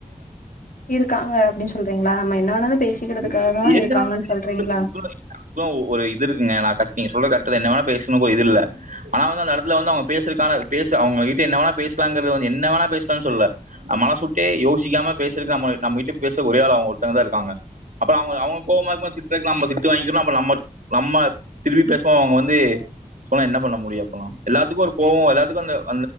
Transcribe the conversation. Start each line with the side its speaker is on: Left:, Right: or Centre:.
Left: இருக்காங்க அப்டின்னு சொல்றீங்களா நம்ம என்ன வேணாலு பேசிக்கிறதுக்காக
Right: <unintelligible>
Left: தா இருக்காங்கன்னு சொல்றீங்களா
Right: <unintelligible> இது இருக்குங்க நா நீங்க சொல்ற என்ன வேன பேசணு இது இல்ல ஆனா வந்து அந்த இடத்துல வந்து அவுங்க பேசுறக்கான பேச அவங்க கிட்ட என்ன வேணா பேசலாங்கறத வந்து என்ன வேணா பேசலாம்னு சொல்ல மனசு விட்டே யோசிக்காம பேசறக்க நம்மகிட்ட பேச ஒர ஆள் அவங்க ஒருத்தங்க தா இருகங்கா அப்பறம் அவங்க அவங்க கோபமா இருக்கு போது திட்றதுக்கு நம்ப திட்டு வாங்கிக்கணும் நம்ம நம்ம திரும்பி பேசோ அவுங்க வந்து சொன்னா என்ன பண்ண முடியும் அப்பறம் எல்லாத்துக்கு ஒரு கோபம் எல்லா <unintelligible>